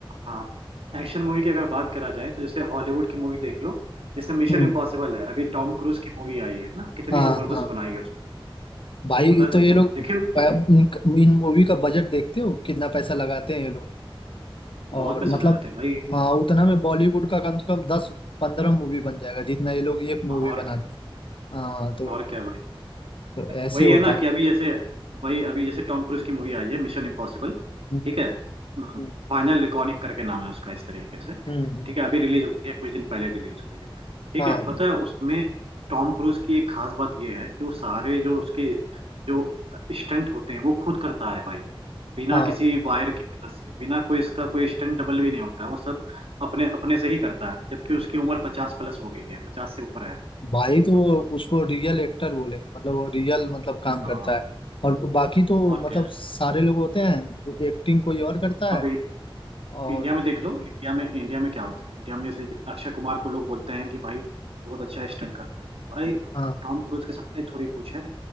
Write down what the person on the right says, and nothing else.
हाँ एक्शन मूवी की अगर बात करा जाए तो जैसे हॉलीवुड की मूवी देख लो जैसे मिशन
इम्पॉसिबल है अभी टॉम क्रूज की मूवी आई है ना कितनी
जबरदस्त
बनाई है उसमें
पता है तुमको
देखे हो?
बहुत पैसा
लगाते हैं भाई
और
और क्या भाई
वही
है ना
कि अभी जैसे वही अभी जैसे टॉम क्रूज की मूवी आई है मिशन इम्पॉसिबल ठीक
है
फाइनल रिकॉर्डिंग करके नाम है उसका इस तरीके से
ठीक है अभी रिलीज हुई है कुछ दिन पहले रिलीज हुई है ठीक
है पता है उसमें टॉम क्रूज की एक खास बात यह है कि वो सारे जो उसके जो स्टंट होते हैं वो खुद करता है भाई बिना
किसी वायर की मदद से बिना कोई इसका कोई स्टंट डबल भी नहीं होता है, वो सब अपने अपने से ही करता है जबकि उसकी उम्र पचास प्लस हो गई है पचास से ऊपर है वो
हाँ
और
क्या
अब
इंडिया में देख लो इंडिया में इंडिया में क्या होता है इंडिया में जैसे अक्षय कुमार को लोग बोलते हैं कि भाई बहुत अच्छा स्टंट करता है भाई
टॉम क्रूज के सामने थोड़ी कुछ है